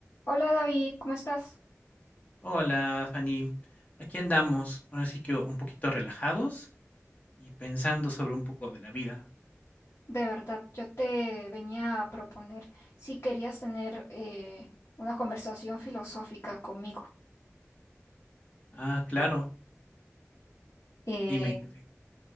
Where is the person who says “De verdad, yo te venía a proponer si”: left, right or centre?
Left